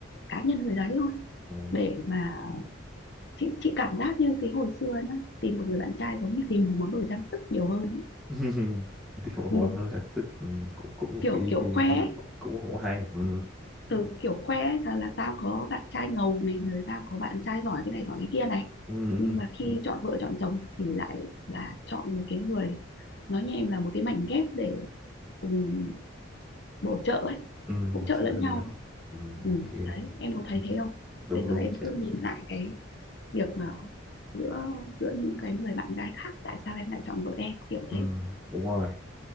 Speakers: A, on the left; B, in the centre.
A: cá nhân người đấy thôi
B: Ừ.
A: để mà chị chị cảm giác như cái hồi xưa nhá tìm một người bạn trai giống như tìm một món đồ trang sức nhiều hơn ấy.
B: <laughs> thì một
A: Ừ.
B: món nó là sức ừ, cũng cũng
A: kiểu
B: vì
A: kiểu
B: vì
A: khoe
B: hoa mẹ
A: ấy.
B: cũng cũng hay ừ.
A: từ kiểu khoe ấy, là, là tao có bạn trai ngầu này rồi tao có bạn trai giỏi cái này giỏi cái kia này
B: Ừ. ừ,
A: nhưng mà khi chọn vợ chọn chồng thì lại là chọn một cái người nói như em là một cái mảnh ghép để cùng bổ trợ ấy
B: ừ,
A: hỗ
B: bổ
A: trợ
B: trợ
A: lẫn
B: cho
A: nhau
B: nhau ừ.
A: ừ.
B: ok
A: đấy
B: <laughs>
A: em có thấy
B: ừ.
A: thế không
B: đúng
A: bây giờ
B: đúng
A: em
B: chị
A: cứ
B: ạ
A: nhìn lại cái việc mà giữa giữa những cái người bạn gái khác tại sao em lại chọn vợ em kiểu
B: ừ.
A: thế
B: đúng rồi